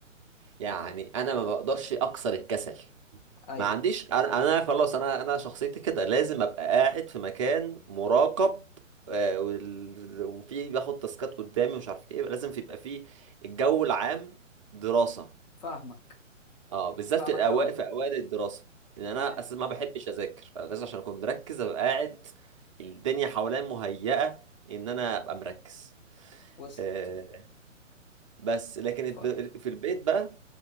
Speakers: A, on the right; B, on the left.
A: يعني انا ما بقدرش اكسر الكسل
B: ايوه
A: ما عنديش انا انا خلاص انا انا شخصيتي كده لازم ابقى قاعد في مكان مراقب آه، وال- وفي باخد تاسكات قدامي مش عارف ايه لازم في يبقى في الجو العام دراسة
B: فاهمك
A: اه بالذات
B: فاهمك
A: في الاوائل
B: قوي
A: في اوائل الدراسة لان انا
B: تمام
A: اساسا ما بحبش اذاكر فلازم عشان اكون مركز ابقى قاعد الدنيا حواليا مهيئة ان انا ابقى مركز
B: وصلت
A: آه، بس لكن
B: ف...
A: الد- في البيت بقى